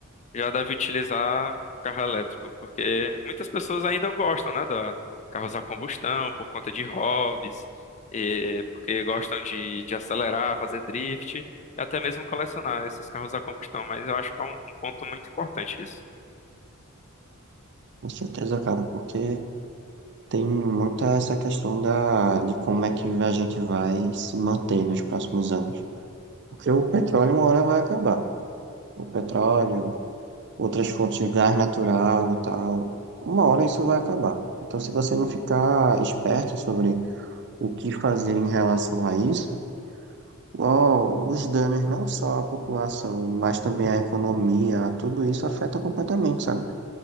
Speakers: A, on the left; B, on the right.
A: já deve utilizar carro elétrico, porque muitas pessoas ainda gostam, né, da carros a combustão por conta de hobbies, e porque gostam de, de acelerar, fazer drift e até mesmo colecionar esses carros a combustão. Mas eu acho que é um, um ponto muito importante isso.
B: Com certeza, cara, porque tem muita essa questão da, de como é que a gente vai se manter nos próximos anos. Porque o petróleo uma hora vai acabar. O petróleo, outras fontes de gás natural e tal. Uma hora isso vai acabar. Então, se você não ficar esperto sobre o que fazer em relação a isso, ó, os danos não só à população, mas também à economia, tudo isso afeta completamente, sabe?